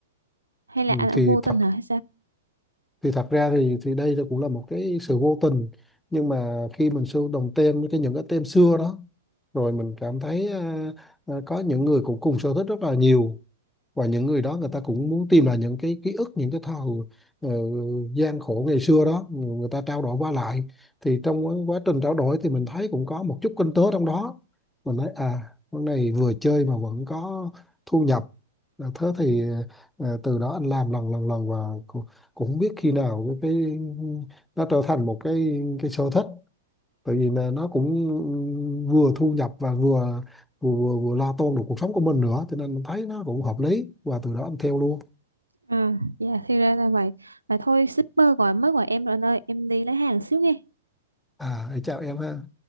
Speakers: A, on the right; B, in the centre.
A: Hay là
B: ừ,
A: anh, anh
B: thì
A: vô tình
B: thật
A: hả?
B: thì thật ra thì thì đây là cũng là một cái sự vô tình nhưng mà khi mình sưu đồng tem cái những cái tem xưa đó rồi mình cảm thấy à, à, có những người cũng cùng sở thích rất là nhiều và những người đó người ta cũng muốn tìm lại những cái ký ức những cái thời ờ, gian khổ ngày xưa đó người người ta trao đổi qua lại thì trong quá quá trình trao đổi thì mình thấy cũng có một chút kinh tế trong đó mình thấy à con này vừa chơi mà vẫn có thu nhập À, thế thì ờ, từ đó anh làm lần lần lần và cũng, cũng không biết khi nào cái, cái nó trở thành một cái cái sở thích tại vì là nó cũng vừa thu nhập và vừa vừa vừa, vừa lo toan được cuộc sống của mình nữa cho nên mình thấy nó cũng hợp lý và từ đó em theo luôn
A: À, dạ thì ra là vậy. Vậy thôi shipper gọi mới gọi em rồi anh ơi, em đi lấy hàng xíu nghe.
B: à chào em ha